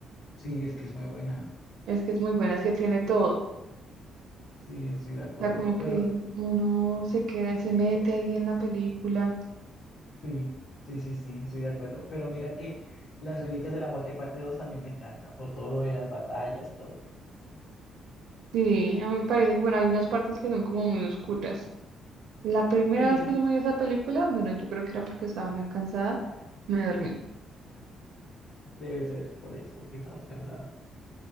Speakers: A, on the left; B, on the right.
A: Sí, es que es muy buena.
B: Es que es muy buena, es que tiene todo.
A: Sí, estoy de acuerdo.
B: O sea, como
A: Pero
B: que uno se queda y se mete ahí en la película.
A: sí, sí, sí, sí, estoy de acuerdo. Pero mira que Las Reliquias de la Muerte parte 2 también me encanta, por todo lo de las batallas, todo.
B: Sí, a mí me parece, que, bueno, hay unas partes que son como muy oscuras. La primera
A: Sí,
B: vez que yo me vi esa película, bueno, yo creo que era porque estaba muy cansada, me dormí.
A: debe ser por eso, porque estabas cansado.